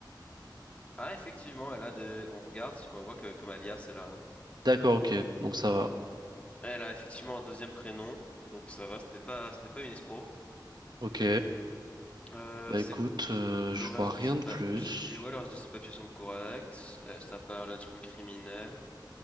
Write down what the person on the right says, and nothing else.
D'accord, ok. Donc ça va.
Ok.
Bah
écoute, euh,
je
vois rien
de plus.